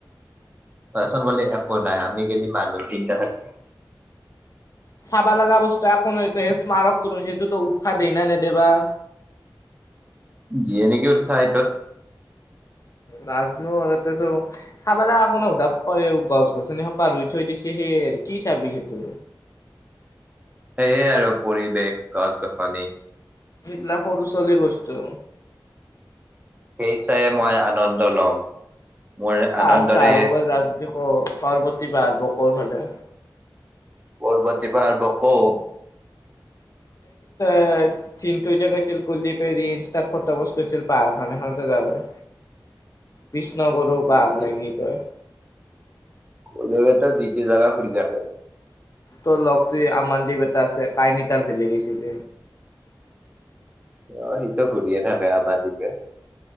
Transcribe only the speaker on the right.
তাৰচোন গলে একো নাই, আমি গেলি মানুহ তিনিটা থাকিম।
যিনেকে উৎসাহিতত
সেয়ে আৰু পৰিৱেশ। গছ গছনি।
সেই চাইহে মই আনন্দ ল'ম। মোৰ
আনন্দৰে
বৰবতী পাহাৰ ব'কো?
<inaudible>
কুলদীপ
কুলদ্বীপহঁতে যি তি জেগা ঘুৰি থাকে।
অ', সিটো ঘূৰিয়েই থাকে আমান দীপে।